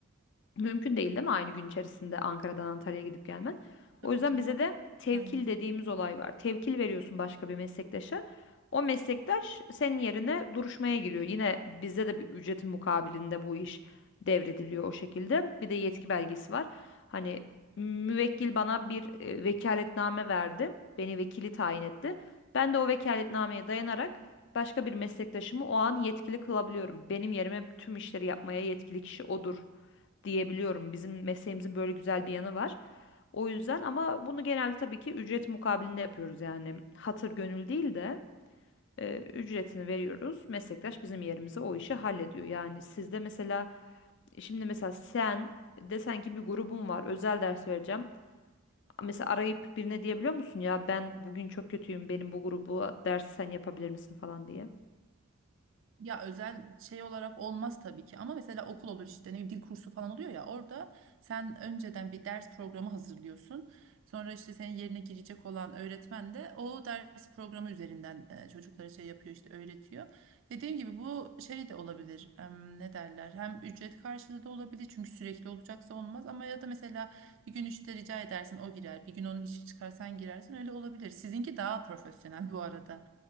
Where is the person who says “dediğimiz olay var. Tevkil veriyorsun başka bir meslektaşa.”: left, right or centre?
Left